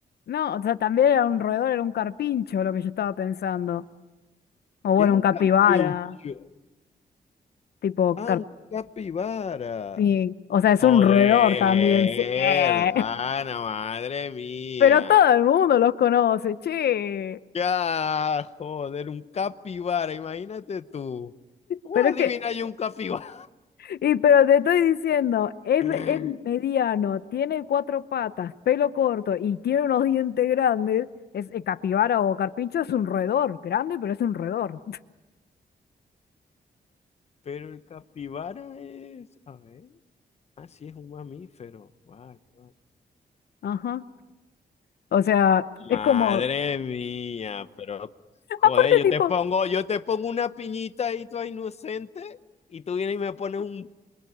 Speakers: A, on the left; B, on the left.
A: no, o sea, también era un roedor, era un carpincho lo que yo estaba pensando. O bueno,
B: ¿Qué es un
A: un capibara,
B: carpincho?
A: tipo
B: Ah, un capibara.
A: carpín. O sea, es
B: Joder,
A: un roedor también, sí. <laughs>
B: Ana, madre mía.
A: Pero todo el mundo los conoce, che.
B: Ya, joder, un capibara, imagínate tú. ¿Cómo
A: Pero
B: adivina
A: es que,
B: yo un capibara?
A: y pero te estoy diciendo, es,
B: <laughs>
A: me- es mediano, tiene cuatro patas, pelo corto y tiene unos dientes grandes. Es eh, capibara o carpincho, es un roedor, grande, pero es un roedor.
B: Pero el capibara es, a ver, ah, sí, es un mamífero. Vale, vale.
A: <laughs> Ajá. O sea, es
B: Madre
A: como,
B: mía, pero joder,
A: aparte
B: yo
A: tipo.
B: te pongo, yo te pongo una piñita ahí toda inocente y tú vienes y me pones un